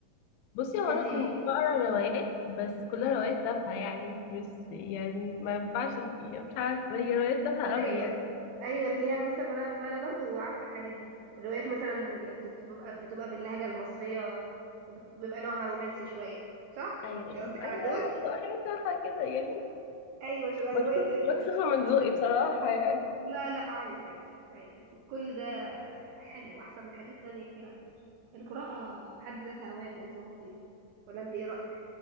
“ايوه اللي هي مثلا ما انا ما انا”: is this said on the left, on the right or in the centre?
Right